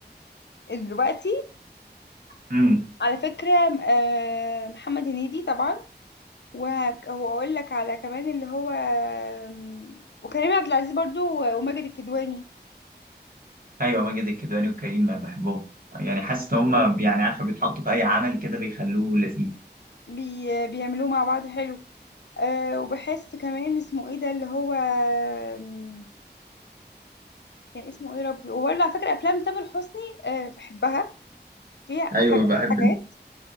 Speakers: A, on the left (about 80°); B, on the right (about 55°).
A: إيه دلوقتي
B: إمم.
A: على فكرة آه، محمد هنيدي طبعا وهك- وهقول لك على كمان اللي هو آم، وكريم عبد العزيز برضو وماجد الكدواني
B: ايوه ماجد الكدواني وكريم أنا بحبهم يعني حاسس ان هم يعني عارفه بيتحطوا في اي عمل كده بيخلوه لذيذ
A: بي بيعملوه مع بعض حلو آه، وبحس كمان اسمه ايه ده اللي هو آم، كان اسمه ايه ربي وبرضه على فكرة افلام تامر حسني آه، بحبها فيها
B: ايوه
A: حاجات
B: بحب
A: وحاجات